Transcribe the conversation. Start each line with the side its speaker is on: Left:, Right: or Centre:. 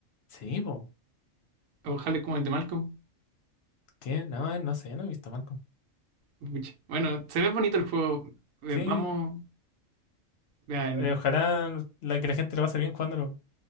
Left: Sí, po.
Right: O Hal es como el de Malcolm.
Left: ¿Qué? No, eh, no sé, no he visto Malcolm.
Right: Pucha. Bueno, se ve bonito el juego. Eh,
Left: Sí,
Right: vamos. ya, en-
Left: eh, ojalá la, que la gente lo pase bien jugándolo.